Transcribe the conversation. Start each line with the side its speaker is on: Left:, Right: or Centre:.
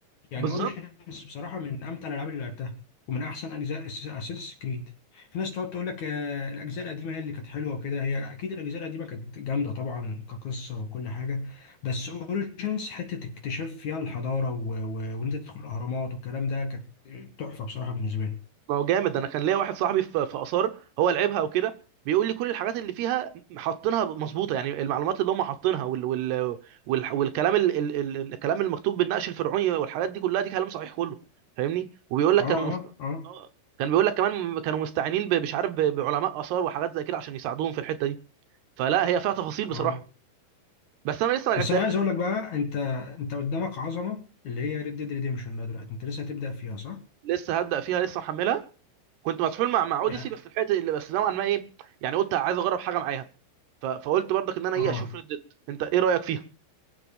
Left: يعني
Right: بالظبط
Left: اوريجينز بصراحه من امتع الالعاب اللي لعبتها ومن احسن اجزاء اساس كريد في ناس تقعد تقول لك آه، الاجزاء القديمه هي اللي كانت حلوه وكده هي اكيد الاجزاء القديمه كانت جامده طبعا كقصه وكل حاجه بس اوريجينز حته اكتشاف فيها الحضاره و... و... وان انت تدخل الاهرامات والكلام ده كانت تحفه بصراحه بالنسبه لي
Right: ما هو جامد انا كان ليا واحد صاحبي في في اثار هو لعبها وكده بيقول لي كل الحاجات اللي فيها حاطينها مظبوطه يعني المعلومات اللي هم حاطينها وال وال وال والكلام ال ال ال الكلام المكتوب بالنقش الفرعوني والحاجات دي كلها دي كلام صحيح كله فاهمني وبيقول لك
Left: اه
Right: كانوا مست...
Left: اه اه
Right: آه، كان بيقول لك كمان كانوا مستعينين ب- مش عارف ب- بعلماء اثار وحاجات زي كده عشان يساعدوهم في الحته دي فلا هي فيها تفاصيل بصراحه
Left: اه
Right: بس انا لسه ما
Left: بس
Right: لعبتهاش
Left: انا عايز
Right: بصراحه
Left: اقول لك بقى انت انت قدامك عظمه اللي هي ريد ديد ريديمشن بقى دلوقتي انت لسه هتبدا فيها صح؟
Right: لسه هبدا فيها لسه محملها كنت مسحول مع مع اوديسي
Left: يعني
Right: بس الحته اللي بس نوعا ما ايه يعني قلت عايز اجرب حاجه معاها ف- فقلت برضك ان انا ايه
Left: اه
Right: اشوف ريد ديد انت ايه رايك فيها